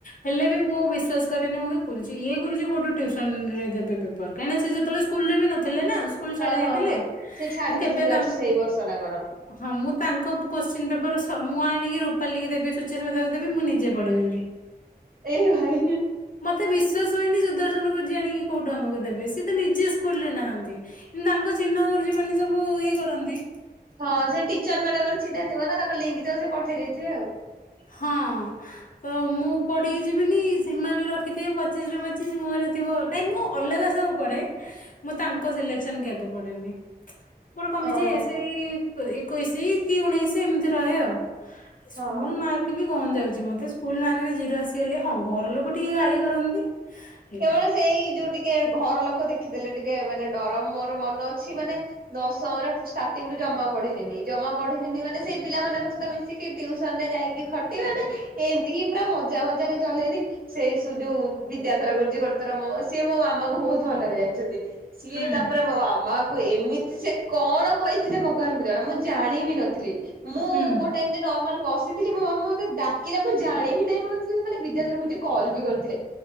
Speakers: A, on the left; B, on the right.
A: ହେଲେ ବି ମୁଁ ବିଶ୍ଵାସ କରେନି। ମୁଁ କହେ ଗୁରୁଜୀ, ଇଏ ଗୁରୁଜୀ କୋଉଠୁ ଟିଉସନ ରେ ଦେବେ ପେପ କାହିଁ ନା ସିଏ ସେତେବେଳେ ସ୍କୁଲ୍ ରେ ବି ନଥିଲେ ନା। ସୁ କୁଲ୍ ଛାଡିଦେଇଥିଲେ।
B: ହଁ ହଁ ହଁ। ସେ ଛାଡି
A: ମୁଁ
B: ଦେଇଥିଲେ
A: କେବେ
B: ଜଷ୍ଟ
A: ତାଙ୍କୁ
B: ସେଇ
A: ମୁଁ
B: ବର୍ଷ ନା କଣ
A: ହଁ, ମୁଁ ତାଙ୍କ କୋଶ୍ଚିନ୍ ପେପର୍ ସ ମୁଁ ଆଣିକି ରୂପାଲୀକୁ ଦେବି। ସୁଚିସ୍ମିତାକୁ ଦେବି। ମୁଁ ନିଜେ ପଢ଼ିବିନି।
B: ଏଇ ଭାଇ
A: ମୋତେ ବିଶ୍ଵାସ ହୁଏନି ସୁ ଦର୍ଶନ ଗୁରୁଜୀ ଆଣିକି କୋଉଠୁ ଆମକୁ ଦେବେ। ସିଏ ତ ନିଜେ ସ୍କୁଲ୍ ରେ ନାହାନ୍ତି। କିନ୍ତୁ ତାଙ୍କ ଚିହ୍ନା ଗୁରୁଜୀ ମାନେ ସବୁ ଇଏ କରନ୍ତି।
B: ହଁ ସେ ଟିଚର୍ ମାନଙ୍କର ଚିହ୍ନା ଥିବ ନା। ତାଙ୍କ ଲିଙ୍କ୍ ଥିବ ସେ ପଠେଇ ଦେଇଥିବେ ଆଉ।
A: ହଁ ତ ମୁଁ ପଢ଼ିକି ଯିବିନି ସେମାନେ ରଖିଥିବେ ପଚିଶରୁ ପଚିଶି। ମୋର ଥିବ, ନାଇଁ ମୁଁ ଅଲଗା ସବୁ ପଢ଼େ।
B: <inaudible>
A: ମୁଁ ତାଙ୍କ ସିଲେକ୍ସନ କେବେ ପଡନି। ମୋର କମି
B: ଓହୋ
A: ଯେ ସେଇ ଏକୋଇଶ, କି ଉଣେଇଶ। ଏମିତି ରହେ ଆଉ। ସ୍କୁ
B: ହଁ।
A: ମାର୍କ ବି କଣ ଯାଉଛି ମତେ ସ୍କୁଲ ନାର, ଜିରୋ ଆସିଗଲେ। ହଁ। ଘର ଲୋକ ଟିକେ ଗାଳି କରନ୍ତି। ସେଇଟା
B: କେବଳ ସେଇ ଯୁ ଟିକେ ଘର ଲୋକ ଦେଖିଦେଲେ ଟିକେ ମାନେ ଡର ମୋର ମାନେ ଅଛି ମାନେ ଦଶମରେ ଷ୍ଟାର୍ଟିଂ ରୁ ଜମା ପଢିଲିନି ଜମା ପଢିଲିିନି ମାନେ ସେଇ ପିଲାମାନଙ୍କ ସହିତ ମିଶିକି ଟିୟୁସନ ରେ ଯାଇକି ଖଟି ମାନେ ଏମିତି ପୁରା ମଜା ମଜାରେ ଚଲେଇଲି। ସେଇ ସୁ ଯୁ ବିଦ୍ୟାଧର ଗୋ ଜି ଗୋଟେ ଥର ମ ସିଏ ମୋ ମାମା କୁ ବହୁତ ଭଲରେ ଜାଣିଛନ୍ତି ସିଏ
A: ହୁଁ
B: ତାପରେ ମୋ ମାମା ଏମିତି ସେ କଣ କହିଥିଲେ ଭଗବାନ କୁ ଜଣ ମୁଁ ଜାଣିବି ନଥିଲି ମୁଁ
A: ହୁଁ।
B: ଗୋଟେ ଏମିତି ନର୍ମାଲ ବସିଥିଲ ମୋ ମାମା ମୋତେ ଡାକିଲାଁ ଜାଣିବି ନାହିଁ ମୋତେ ବିଦ୍ୟାଧର ମୋତେ କଲ ବି କରିଥିଲେ।